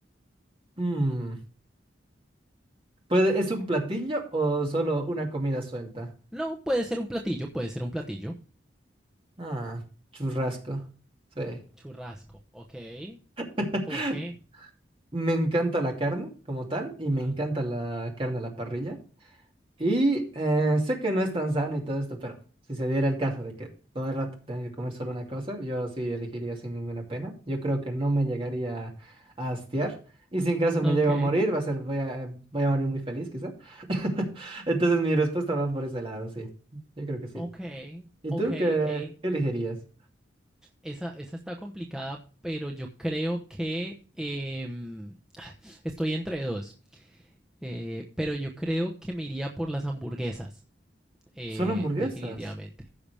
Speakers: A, on the right; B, in the centre.
A: mm, ¿puede- ¿es un platillo o solo una comida suelta?
B: No, puede ser un platillo, puede ser un platillo.
A: Ah, churrasco. Sí.
B: Churrasco, ok.
A: <laughs>
B: ¿Por qué?
A: Me encanta la carne como tal y me
B: Ah,
A: encanta la carne a la parrilla. Y eh, sé que no es tan sano y todo esto, pero si se diera el caso de que todo el rato tenga que comer solo una cosa, yo sí elegiría sin ninguna pena. Yo creo que no me llegaría a hastiar. Y si en caso me
B: ok,
A: llego a morir, va a ser, voy a, voy a morir muy feliz, quizá. <laughs> Entonces mi respuesta va por ese lado, sí. Yo creo que sí.
B: ok,
A: ¿Y
B: ok,
A: tú qué,
B: ok.
A: qué elegirías?
B: Esa, esa está complicada, pero yo creo que em, estoy entre dos. Eh, pero yo creo que me iría por las hamburguesas, eh,
A: Solo hamburguesas.
B: definitivamente.